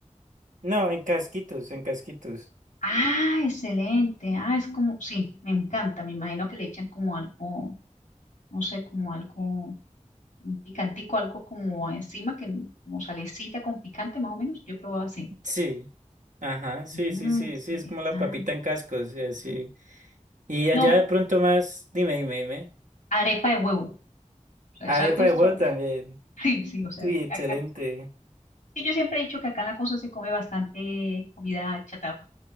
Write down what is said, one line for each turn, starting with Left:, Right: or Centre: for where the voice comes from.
Right: No, en casquitos, en casquitos.
Left: Ah, excelente, ah, es como, sí, me encanta, me imagino que le echan como algo, no sé, como algo, un picantico, algo como encima, que como salecita con picante más o menos, yo he probado así.
Right: Sí, ajá, sí,
Left: Mm,
Right: sí, sí, sí,
Left: interesante.
Right: es como la papita en cascos, y así. Y allá
Left: No,
Right: de pronto más, dime, dime, dime.
Left: arepa de huevo, o sea,
Right: Arepa
Left: es algo extraordinario,
Right: de huevo también.
Left: <laughs> sí, sí, o sea,
Right: Uy,
Left: es
Right: excelente.
Left: caca Sí, yo siempre he dicho que acá en la costa se come bastante comida chatarra,